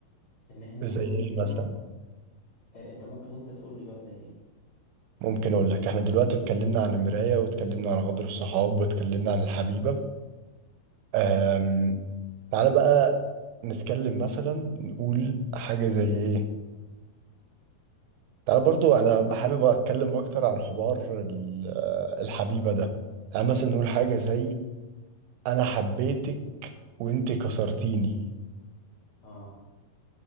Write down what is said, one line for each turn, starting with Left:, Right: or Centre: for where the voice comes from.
Left: ان احنا نزود
Right: زي ايه
Left: بيه المعنى
Right: مثلا
Left: آه، انت ممكن انت تقول لي بقى زي ايه
Right: ممكن اقول لك احنا دلوقتي اتكلمنا عن المراية واتكلمنا عن غدر الصحاب واتكلمنا عن الحبيبة أم... تعالى بقى نتكلم مثلا نقول حاجة زي ايه تعالى برضو انا حابب اتكلم اكتر عن حوار ال- الحبيبة ده يعني مثلا نقول حاجة زي انا حبيتك وانت كسرتيني
Left: اه